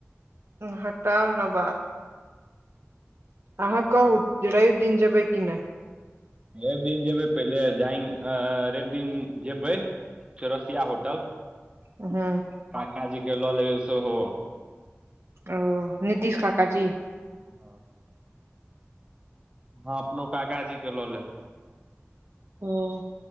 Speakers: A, on the right; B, on the right.
A: हटाउ न बात
B: ओ
A: अहाँ कहू राईब दिन जेबै कि नहि
B: रवि दिन जेबै पहिले जाइ रवि दिन जेबै चौरसिया होटल
A: हुँ
B: काक जी के लऽ लेबै सेहो
A: ओ नीतीश कका जी
B: ह हँ अपनो काका जीे लऽ लेब
A: हुँ